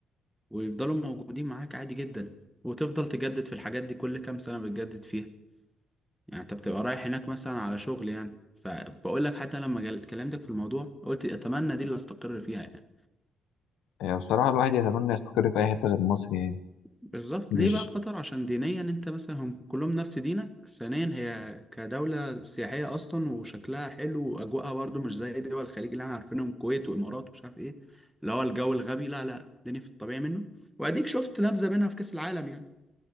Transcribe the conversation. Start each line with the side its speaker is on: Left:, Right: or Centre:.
Centre: ويفضلوا موجودين معاك عادي جدا وتفضل تجدد في الحاجات دي كل كام سنة بتجدد فيها يعني انت بتبقى رايح هناك مثلا على شغل يعني فبقول لك حتى لما جل- كلمتك في الموضوع قلت أتمنى دي اللي استقر فيها يعني
Left: يعني بصراحة الواحد يتمنى يستقر في أي حتة غير مصر يعني
Centre: بالظبط
Left: مش
Centre: ليه بقى قطر عشان دينيا انت مثلا هم كلهم نفس دينك ثانيا هي كدولة سياحية اصلا وشكلها حلو واجواءها برضو مش زي دول الخليج اللي احنا عارفينهم الكويت وامارات ومش عارف ايه اللي هو الجو الغبي لا لا الدنيا في الطبيعي منه واديك شفت نبذة منها في كأس العالم يعني